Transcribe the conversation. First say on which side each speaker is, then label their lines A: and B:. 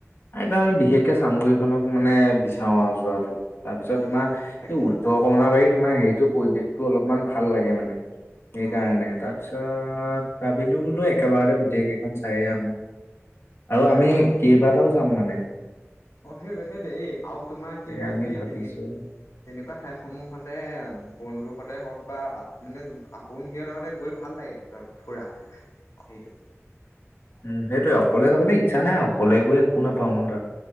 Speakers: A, on the left; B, on the left.
A: এ আমি বিশেষকে চামগুৰিখনক মানে বিচাৰো আৰু যোৱাটো। তাৰপিছত
B: হয়
A: তোমাৰ
B: হয় থাকে
A: এই উত্তৰ
B: অ
A: কমলাবাৰী,
B: হয়
A: তোমাৰ হেৰিটো পৰিৱেশটো অলপমান ভাল লাগে মানে। সেইকাৰণে,
B: অ
A: তাৰপিছত ভাবিলো বোলোঁ এক একেবাৰতে গোটেইকেইখন চাইয়ে আহোঁ। আৰু আমি
B: হয় হয়
A: কেইবাটাও
B: সেইটোৱে
A: যাম মানে।
B: অ' সেই-সেইটোৱেই। এই আৰু তোমাৰ
A: তাকে
B: কি হয়,
A: আমি
B: সেই
A: ভাবিছো
B: তেনে-তেনেকুৱা ঠাইসমূহলে বন্ধুৰ সতে হওক বা মানে, আপোন সিহঁতৰ সতে গৈ ভাল লাগে ফুৰা, সেইটো।
A: উম সেইটোৱে। অকলে যাবলৈ ইচ্ছা নাই অকলে গৈ একো নাপাও ন তাত।